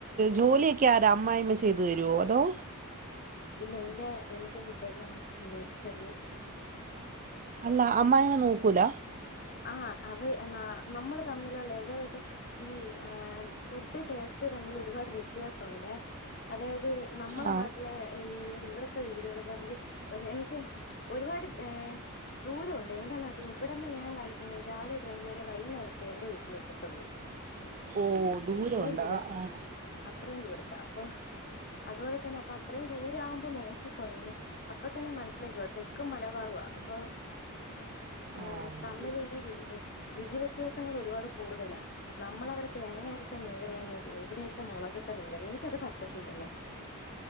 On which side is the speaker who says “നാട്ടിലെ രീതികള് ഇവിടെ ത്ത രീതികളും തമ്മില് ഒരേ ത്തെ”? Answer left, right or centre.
Left